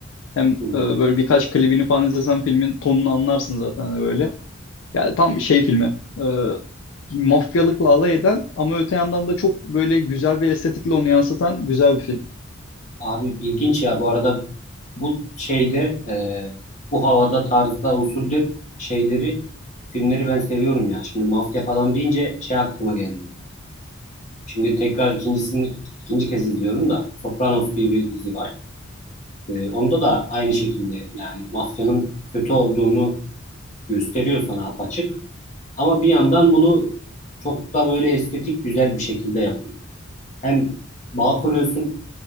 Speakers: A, on the left; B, on the left.
A: hem e,
B: hmm.
A: böyle birkaç klibini falan izlesen filmin tonunu anlarsın zaten hani böyle. Yani tam şey filmi. E, mafyalıkla alay eden ama öte yandan da çok böyle güzel bir estetikle onu yansıtan güzel bir film.
B: Abi ilginç ya bu arada bu şeyde e, bu havada tarzda usulde şeyleri filmleri ben seviyorum ya. Şimdi mafya falan deyince şey aklıma geldi benim. Şimdi tekrar ikincisini ikinci kez izliyorum da Sopranos diye bir dizi var. Ee, onda da aynı şekilde yani mafyanın kötü olduğunu gösteriyor sana apaçık. Ama bir yandan bunu çok da böyle estetik güzel bir şekilde yapıyor. Hem bağ kuruyorsun